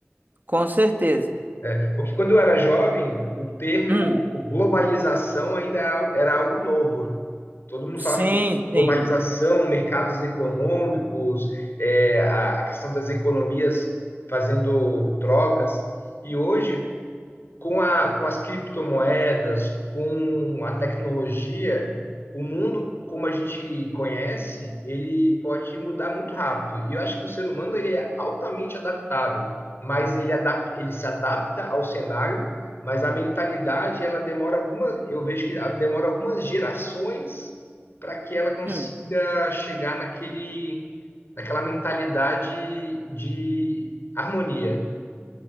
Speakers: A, on the right; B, on the left.
A: com certeza.
B: É, porque quando eu era jovem, o termo
A: Hum,
B: globalização ainda era algo era algo novo. Todo mundo
A: sim,
B: falava de
A: sim.
B: globalização, mercados econômicos, é, a, a questão das economias fazendo trocas. E hoje, com a, com as criptomoedas, com a tecnologia, o mundo como a gente conhece, ele pode mudar muito rápido. E eu acho que o ser humano ele é altamente adaptável, mas ele, adap ele se adapta ao cenário, mas a mentalidade ela demora alguma, eu vejo que ela demora algumas gerações para que ela consiga
A: Hum.
B: chegar naquele, naquela mentalidade de harmonia.